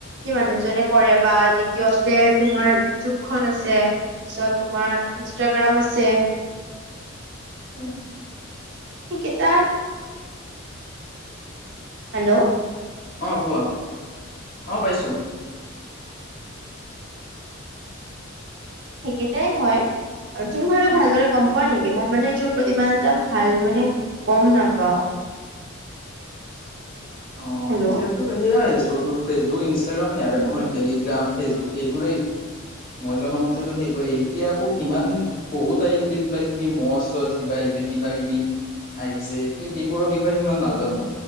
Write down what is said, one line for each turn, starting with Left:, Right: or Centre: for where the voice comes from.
Right: কি মানুহজনে কৰে বা দ্বিতীয়তে তোমাৰ ইউটিউব খন আছে তাৰপিছত তোমাৰ ইনষ্টাগ্ৰাম আছে
Left: উম
Right: সেইকেইটা হেল্লো'
Left: অহ কোৱা অহ পাইছোঁ
Right: সেইকেইটাই হয় আৰু তুমি বাৰু
Left: অ
Right: ভালদৰে গম পোৱা নেকি মই মানে যোৰ প্ৰতি মানে এটা ভাল মানে গম নাপাওঁ
Left: অ
Right: হেল্ল'
Left: এতিয়াতো সেয়াই চব তোৰ ফেচবুক ইনষ্টাগ্ৰামেই আৰু একো
Right: উম
Left: নহয় টেলিগ্ৰাম ফেচবুক, এইবোৰেই মই জানা মতে সেইবোৰে। এতিয়া আকৌ কিমান- বহুত আহিছে কিবা কিবি মচ- চচ কিবা আহিছে, কিবা কিবি! আহিছে, এতিয়া সেইবোৰৰ বিষয়ে সিমান নাজানো।